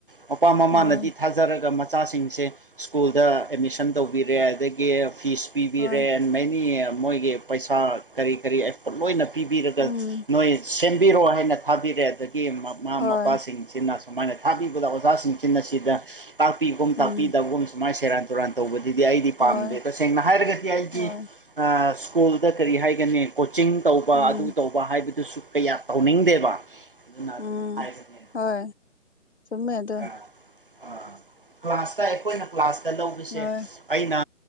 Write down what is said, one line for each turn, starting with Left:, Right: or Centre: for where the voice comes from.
Right: ꯃꯄꯥ ꯃꯃꯥꯅꯗꯤ
Left: ꯍꯣꯏ
Right: ꯊꯥꯖꯔꯒ ꯃꯆꯥꯁꯤꯡꯁꯦ ꯁ꯭ꯀꯨꯜꯗ ꯑꯦꯗꯃꯤꯁꯟ ꯇꯧꯕꯤꯔꯦ ꯑꯗꯒꯤ ꯐꯤꯁ ꯄꯤꯕꯤꯔꯦ
Left: ꯍꯣꯏ
Right: ꯃꯦꯅꯤ ꯃꯣꯏꯒꯤ ꯄꯩꯁꯥ ꯀꯔꯤ ꯀꯔꯤ ꯑꯦꯐꯣꯔꯠ ꯂꯣꯏꯅ ꯄꯤꯕꯤꯔꯒ
Left: ꯎꯝ
Right: ꯅꯣꯏ ꯁꯦꯝꯕꯤꯔꯣ ꯍꯥꯏꯅ ꯊꯥꯕꯤꯔꯦ ꯑꯗꯒꯤ ꯃꯃꯥ
Left: ꯍꯣꯏ
Right: ꯃꯄꯥꯁꯤꯡꯁꯤꯅ ꯁꯨꯃꯥꯏꯅ ꯊꯥꯕꯤꯕꯗ ꯑꯣꯥꯁꯤꯡꯁꯤꯟ ꯑꯁꯤꯗ ꯇꯥꯛꯄꯤꯒꯣꯨꯝ ꯇꯥꯛꯄꯤꯗꯕꯒꯨꯝ
Left: ꯎꯝ
Right: ꯁꯨꯃꯥꯏꯅ ꯁꯦꯔꯥꯟ ꯇꯨꯔꯥꯟ ꯇꯧꯕꯗꯨꯗꯤ ꯑꯩꯗꯤ ꯄꯥꯝꯗꯦ
Left: ꯍꯣꯏ
Right: ꯇꯁꯦꯡꯅ ꯍꯥꯏꯔꯒꯗꯤ ꯑꯩꯒꯤ
Left: ꯍꯣꯏ
Right: ꯁ꯭ꯀꯨꯜꯗ ꯀꯔꯤ ꯍꯥꯏꯒꯅꯤ ꯀꯣꯆꯤꯡ ꯇꯧꯕ
Left: ꯎꯝ
Right: ꯑꯗꯨ ꯇꯧꯕ ꯍꯥꯏꯕꯗꯨꯁꯨ ꯀꯌꯥ ꯇꯧꯅꯤꯡꯗꯦꯕ ꯑꯗꯨꯅ
Left: ꯎꯝ
Right: ꯑꯗꯨꯝ ꯍꯥꯏꯕꯅꯤ
Left: ꯍꯣꯏ ꯆꯃꯃꯦ ꯑꯗꯨ
Right: ꯑꯥ ꯀ꯭ꯂꯥꯁꯇ ꯑꯩꯈꯣꯏꯅ ꯀ꯭ꯂꯥꯁꯇ ꯂꯧꯕꯁꯦ
Left: ꯍꯣꯏ
Right: ꯑꯩꯅ